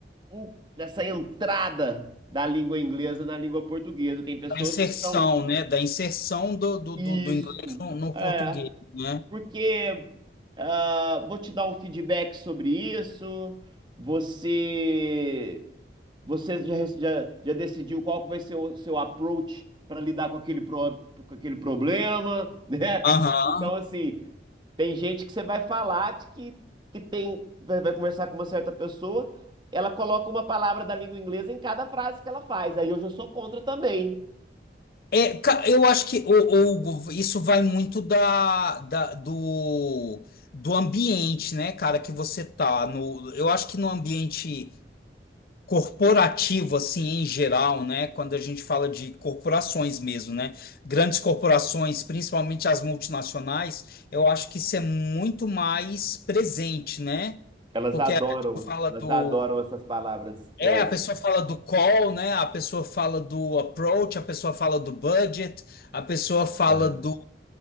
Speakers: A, on the right; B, on the left.
A: en- dessa entrada da língua inglesa na língua portuguesa. Tem pessoas
B: A inserção,
A: que são
B: né? Da inserção do, do,
A: isso,
B: do, do inglês no, no
A: é,
B: português, né?
A: porque ah, vou te dar um feedback sobre isso. Você você já, já, já decidiu qual que vai ser o seu approach para lidar com aquele, pro- com aquele problema, <laughs> né?
B: Aham.
A: Então, assim, tem gente que você vai falar de que, que tem, vai vai conversar com uma certa pessoa, ela coloca uma palavra da língua inglesa em cada frase que ela faz. Aí hoje eu sou contra também.
B: É, ca- eu acho que o, o- isso vai muito da, da- do, do ambiente, né, cara, que você tá no, eu acho que no ambiente corporativo, assim, em geral, né, quando a gente fala de corporações mesmo, né, grandes corporações, principalmente as multinacionais, eu acho que isso é muito mais presente, né,
A: Elas
B: porque
A: adoram,
B: a gente fala
A: elas
B: do
A: adoram essas palavras. é.
B: É, a pessoa fala do call, né? A pessoa fala do approach, a pessoa fala do budget, a pessoa fala
A: Ah.
B: do,